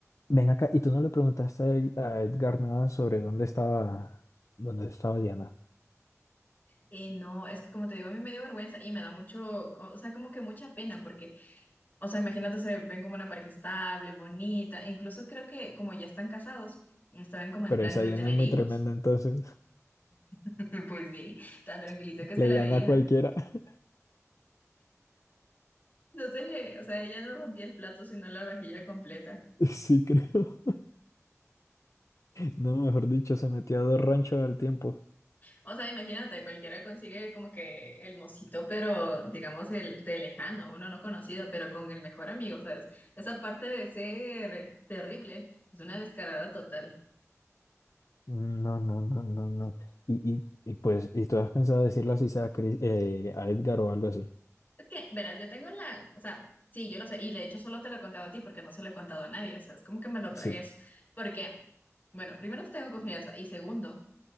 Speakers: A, on the left; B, on the left.
A: Ven acá, y tú no le preguntaste a Ed- a Edgar nada sobre dónde estaba, dónde estaba Diana.
B: Eh, no, es que como te digo, a mí me dio vergüenza y me da mucho, o sea, como que mucha pena, porque O sea, imagínate, se ven como una pareja estable, bonita. e Incluso creo que como ya están casados, estaban como en
A: Pero
B: planes
A: esa
B: de
A: Diana
B: tener
A: es muy
B: hijos.
A: tremenda, entonces
B: <laughs> Pues sí, tan tranquilita
A: <laughs>
B: que se
A: le
B: la
A: gana
B: veía.
A: a cualquiera. <laughs>
B: No se le, o sea, ella no rompía el plato, sino la vajilla completa.
A: Sí, creo. No, mejor dicho, se metió a dos ranchos al tiempo.
B: O sea, imagínate, cualquiera consigue como que el mocito, pero digamos el de lejano, uno no conocido, pero con el mejor amigo, ¿sabes? Esa parte de ser terrible es una descarada total.
A: Mm, No, no, no, no, no. Y, y, y pues, ¿y tú has pensado decirlo así sea a Chris- eh, a Edgar o algo así?
B: que, verás, yo tengo la, o sea, sí, yo lo sé, y de hecho solo te lo he contado a ti porque no se lo he contado a nadie, o sea, es como que me lo tragué,
A: Sí.
B: porque, bueno, primero te tengo confianza y segundo,